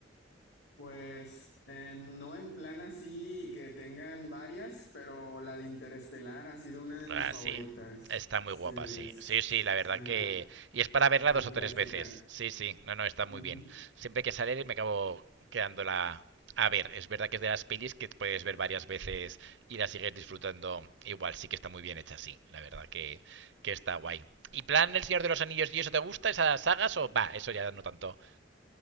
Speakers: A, on the left (about 75°); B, on the right (about 80°).
A: Pues eh, no en plan así que tengan varias, pero la de Interestelar ha sido una de
B: Ah,
A: mis favoritas.
B: sí. Está muy
A: Sí,
B: guapa, sí.
A: Es,
B: Sí, sí, la
A: es
B: verdad
A: una
B: que... Y es para verla
A: muy
B: dos o
A: clásica.
B: tres veces. Sí, sí. No, no, está muy
A: Ujú.
B: bien. Siempre que sale me acabo quedándola a ver. Es verdad que es de las pelis que puedes ver varias veces y la sigues disfrutando igual. Sí que está muy bien hecha, sí. La verdad que, que está guay. ¿Y plan El Señor de los Anillos y eso te gusta, esas sagas? O va, eso ya no tanto.